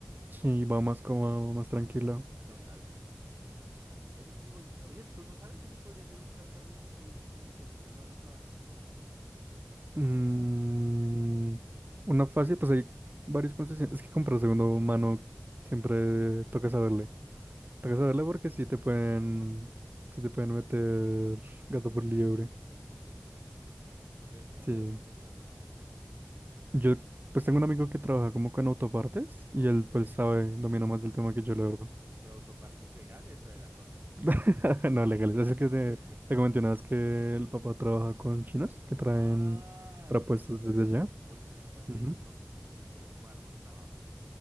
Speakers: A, on the right; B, on the right.
A: Sí, va más cómodo, más tranquilo.
B: Totalmente, total, totalmente. Oye, sí, voy. ah, Oye, ¿tú no sabes dónde podría yo buscar carritos ahí como de segunda mano para ver cuánto me
A: Mm,
B: valen, para comprar alguno?
A: una fácil, pues hay varios concesionarios. Es que comprar segundo mano siempre toca saberle.
B: Ok.
A: Tengo que saberle porque sí te pueden, sí te pueden meter gato por liebre.
B: Uh, complicado. ¿Tú crees que me
A: Sí.
B: podrías ayudar con eso?
A: Yo pues tengo un amigo que trabaja como con autopartes y
B: Ok.
A: él pues sabe, domina más del tema que yo, la verdad.
B: ¿Pero autopartes legales o de las otras?
A: <laughs> No, legales. Es el que
B: <laughs>
A: te, te comenté una vez que el papá trabaja con chinos que traen
B: Ah,
A: repuestos
B: el que me has dicho.
A: desde allá.
B: Oye, súper. Oye,
A: Ujú.
B: ¿no nos no les gustaría como darnos trabajo?